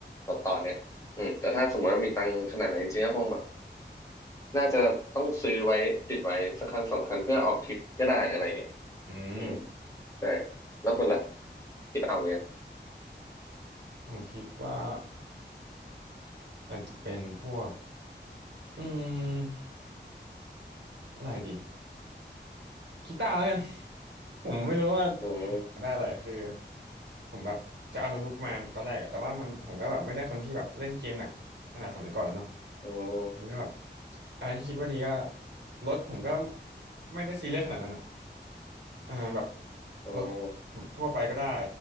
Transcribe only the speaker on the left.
ตอนตอนเนี้ยอืมแต่ถ้าสมมติว่ามีตังค์ขนาดไหนนจริงๆก็คงแบบน่าจะต้องซื้อไว้ติดไว้สักคันสองคันเพื่อออกทริปก็ได้อะไรเงี้ย
อืมใช่แล้วคุณล่ะคิดออกเลยง
อืม
อืม
อืม